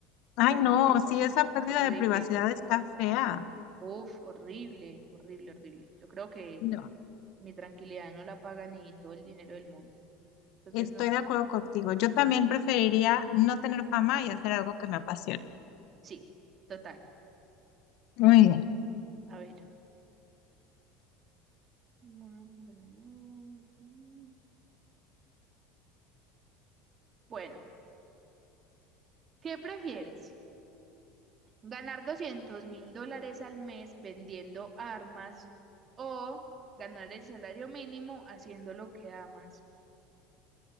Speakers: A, on the left; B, on the right.
A: Ay,
B: Realmente
A: no,
B: eso,
A: sí, esa pérdida
B: horrible.
A: de privacidad está fea.
B: Uf, horrible, horrible, horrible. Yo creo que
A: No,
B: mi tranquilidad no la paga ni todo el dinero del mundo. Entonces,
A: estoy
B: no.
A: de acuerdo contigo. Yo también preferiría no tener fama y hacer algo que me apasione.
B: Sí, total.
A: Muy bien.
B: A ver. Bueno, bueno, ujú. Bueno, ¿qué prefieres? ¿Ganar doscientos mil dólares al mes vendiendo armas o ganar el salario mínimo haciendo lo que amas?